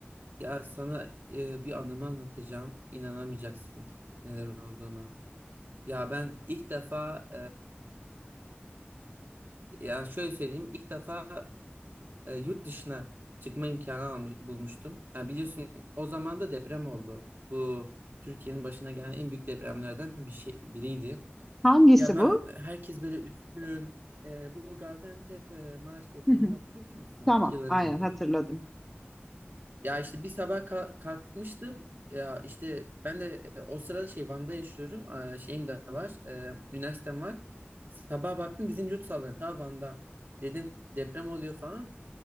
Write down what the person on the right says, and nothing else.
ya sana e, bir anımı anlatacağım. İnanamayacaksın neler olduğuna. Ya ben ilk defa e, ya şöyle söyleyeyim. ilk defa e, yurt dışına çıkma imkanı almış, bulmuştum. Ha, biliyorsun o zaman da deprem oldu. Bu Türkiye'nin başına gelen en büyük depremlerden bir şey biriydi.
Ya ben
herkes böyle üzgün. E, bu Gaziantep e, Maraş depremini
hatırlıyor musun?
İki yıl önceydi.
Ya işte bir sabah ka- kalkmıştım. Ya işte ben de e, o sırada şey Van'da yaşıyorum. Aa, Şeyim de var. E, üniversitem var. Sabah baktım bizim yurt sallanıyor. Ta Van'da. Dedim deprem oluyor falan.